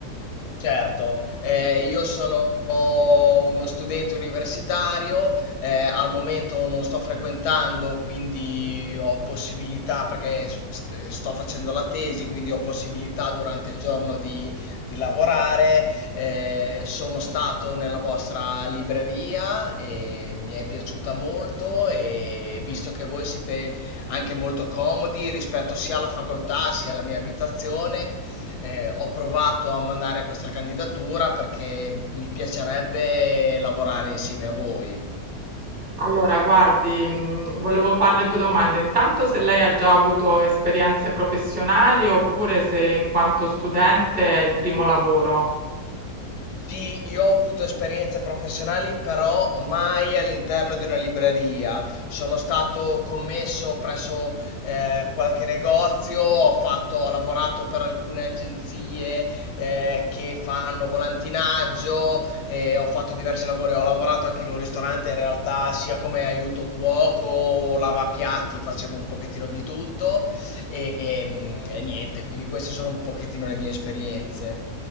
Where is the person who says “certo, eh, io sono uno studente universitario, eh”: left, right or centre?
Left